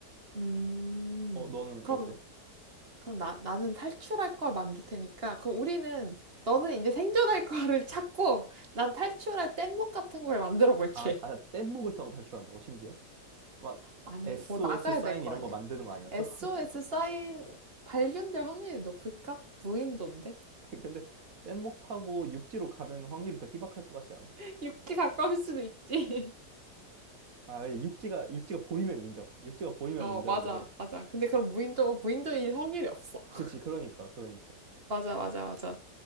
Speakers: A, on the right (about 35°); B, on the right (about 50°).
A: 음.
B: 어, 너는
A: 그럼,
B: 어때?
A: 그럼 나, 나는 탈출할 걸 만들 테니까, 그럼 우리는, 너는 이제 생존할 거를 <laughs> 찾고, 난 탈출할 뗏목 같은 걸 만들어 볼게.
B: 아, 아, 뗏목을 타고 탈출한다고, 심지어? 막,
A: 아니,
B: SOS
A: 뭐 나가야
B: 사인
A: 될 거
B: 이런
A: 아니야.
B: 거 만드는 거 아니었어?
A: SOS
B: <laughs>
A: 사인 발견될 확률이 높을까? 무인도인데?
B: 아니, 근데 뗏목 타고 육지로 가는 확률이 더 희박할 것 같지 않아?
A: <laughs> 육지 가까울 수도 있지.
B: 아, 육지가 육지가 보이면 인정. 육지가
A: <laughs>
B: 보이면
A: 어,
B: 인정인데.
A: 맞아, 맞아. 근데 그럼 무인도, 무인도일 확률이 없어. <laughs>
B: 그치, 그러니까, 그러니까.
A: 맞아, 맞아, 맞아.